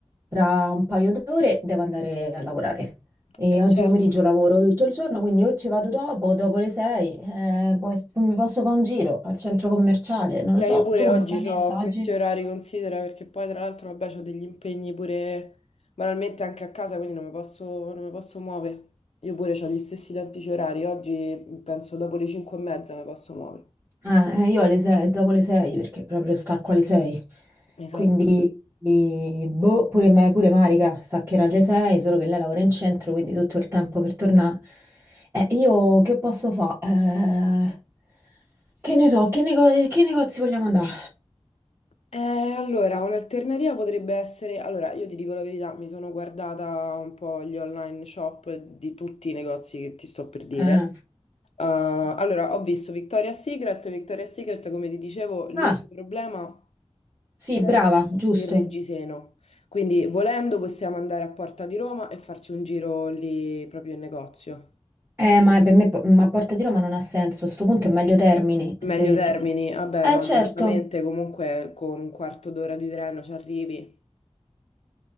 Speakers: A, on the right; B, on the left.
A: fra un paio d'ore devo andare a lavorare. E
B: eh,
A: oggi
B: certo.
A: pomeriggio lavoro tutto il giorno, quindi o ci vado dopo, dopo le 6, eh, poi s- mi posso fare un giro al centro commerciale, non lo
B: Eh,
A: so.
B: io pure
A: Tu come
B: oggi
A: stai messa
B: ho
A: oggi?
B: questi orari, considera, perché poi tra l'altro, vabbè, ho degli impegni pure banalmente anche a casa, quindi non mi posso, non mi posso muovere. Io pure ho gli stessi identici orari, oggi penso dopo le 5 e mezza mi posso muovere.
A: Eh, eh, io alle 6, dopo le 6 perché proprio stacco alle 6.
B: Esatto.
A: Quindi, i- boh, pure, me, pure Marica staccherà alle 6, solo che lei lavora in centro, quindi tutto il tempo per tornare. Eh, io che posso fare? che ne so, che, nego- che negozi vogliamo andare?
B: Eh, allora, un'alternativa potrebbe essere, allora io ti dico la verità, mi sono guardata un po' gli online shop di tutti i negozi che ti sto per dire.
A: Eh.
B: Eh, allora, ho visto Victoria's Secret, Victoria's Secret, come ti dicevo, l'unico
A: Ah,
B: problema
A: sì,
B: è
A: brava, giusto.
B: il reggiseno. Quindi, volendo, possiamo andare a Porta di Roma e farci un giro lì proprio in negozio.
A: Eh, ma per me, po- ma Porta di Roma non ha senso. A sto punto è meglio Termini,
B: Meglio
A: se
B: Termini,
A: ti va.
B: vabbè,
A: Eh,
B: no,
A: certo.
B: giustamente, comunque con un quarto d'ora di treno ci arrivi.